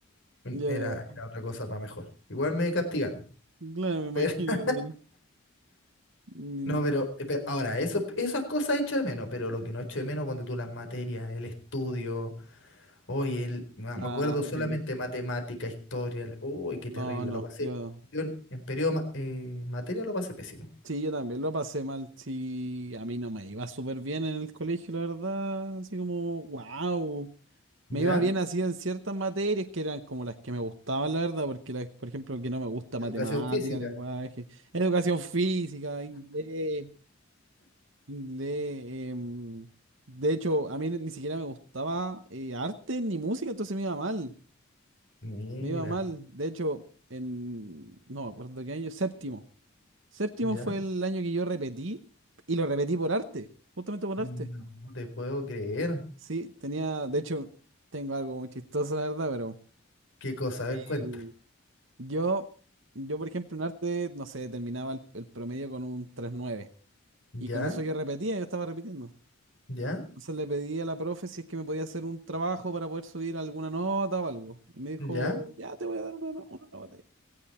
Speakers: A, on the right; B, on the left.
A: Yo,
B: era, era otra cosa para mejor. Igual me castigaron.
A: claro, me imagino.
B: <laughs>
A: Mm,
B: Pero, no, pero, eh, pe- ahora, eso, esas cosas echo de menos, pero lo que no echo de menos, ponte tú las materias, el estudio. Hoy el, me me
A: Ah,
B: acuerdo solamente
A: sí.
B: matemática, historia. Uy, qué
A: No,
B: terrible.
A: no,
B: Lo pasé.
A: yo.
B: Yo en, en periodo ma- eh, materia lo pasé pésimo.
A: Sí, yo también lo pasé mal. Sí, a mí no me iba súper bien en el colegio, la verdad. Así como, wow.
B: ¿Ya?
A: Me iba bien así en ciertas materias que eran como las que me gustaban, la verdad, porque, la- por ejemplo, que no me gusta matemática,
B: Educación física.
A: lenguaje, educación física, inglés. Inglés. em, de hecho, a mí ni siquiera me gustaba eh, arte ni música, entonces me iba mal.
B: Mira,
A: Me iba mal. De hecho, en. No me acuerdo qué año. Séptimo. Séptimo
B: ¿ya?
A: fue el año que yo repetí y lo repetí por arte. Justamente por
B: No
A: arte.
B: te puedo creer.
A: Sí, tenía. De hecho, tengo algo muy chistoso, la verdad, pero.
B: Qué cosa, a ver,
A: eh,
B: cuenta.
A: yo, yo, por ejemplo, en arte, no sé, terminaba el, el promedio con un tres nueve
B: ¿Ya?
A: Y con eso yo repetía, yo estaba repitiendo.
B: ¿Ya?
A: Entonces le pedí a la profe si es que me podía hacer un trabajo para poder subir alguna nota o algo. Y me dijo,
B: ¿Ya?
A: ya te voy a dar una, no- una nota.